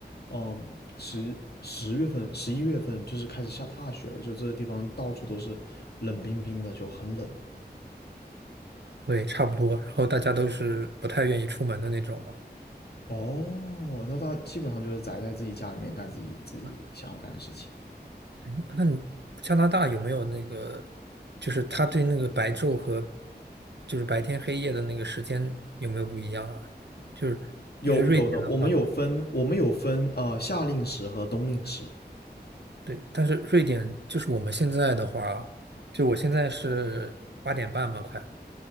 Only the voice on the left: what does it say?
嗯十十月份、十一月份就是开始下大雪了，就这个地方到处都是冷冰冰的，就很冷。
哦，那他基本上就是宅在自己家里面干自己自己想要干的事情。
有有的，我们有分，我们有分呃夏令时和冬令时。